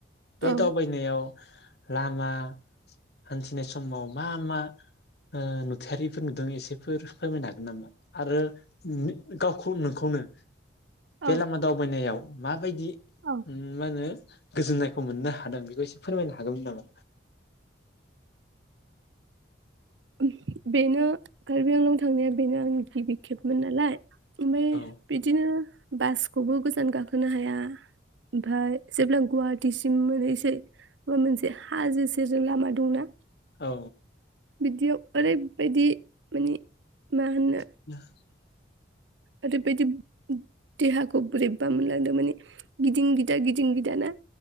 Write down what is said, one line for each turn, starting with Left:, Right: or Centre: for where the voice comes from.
Left: बेै
Right: औ
Left: दावबायनायाव लामा हानथिनाय समाव मा मा ओ नुथायारिफोर नुदों एसेफोर फोरमायनो हागोन नामा? आरो गावखौ नोंखौनो बेे
Right: औ
Left: लामा दावबायनायाव मााबायदि
Right: औ
Left: उम माहोनो गोजोननायखौ मोननो हादों बेखौ एसे फोरमायनो हागोनमोन नामा।
Right: बेनो कार्बिआंलं थांनाया। बेनो आंनि गिबि खेबमोन नालाय ओमफ्राय
Left: औ
Right: बिदिनो। बासखौबो गोजान गाखोनो हाया ओमफ्राय जेब्ला गुवाहाटिसिम मोनहैसै होनबा मोनसे हाजो सेरजों लामा दंना।
Left: औ।
Right: बिदियाव ओरैबायदि माने मा होननो।
Left: <unintelligible>
Right: ओरैबायदि देहाखौ बोरैबा मोनलांदों मानि गिदिं गिदा गिदिं गिदाना।